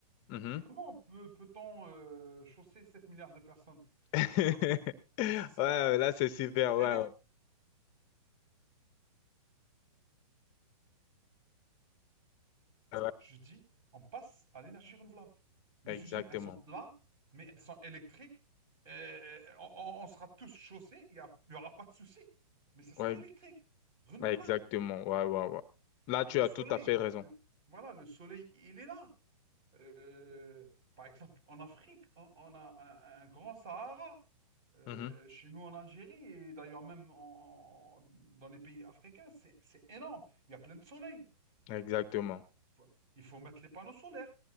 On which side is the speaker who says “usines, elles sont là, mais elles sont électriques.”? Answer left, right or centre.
Right